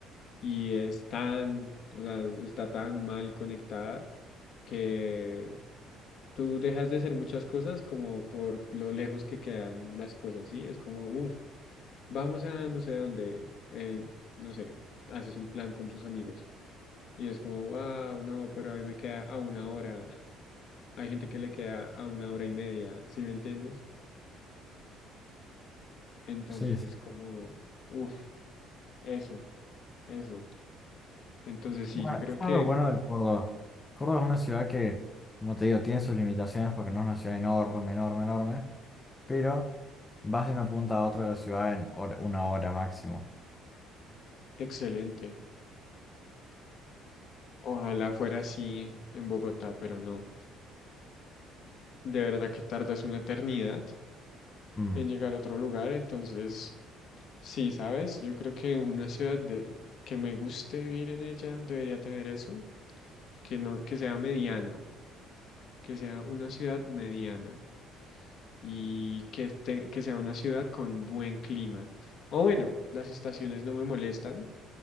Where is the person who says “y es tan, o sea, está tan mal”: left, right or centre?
Left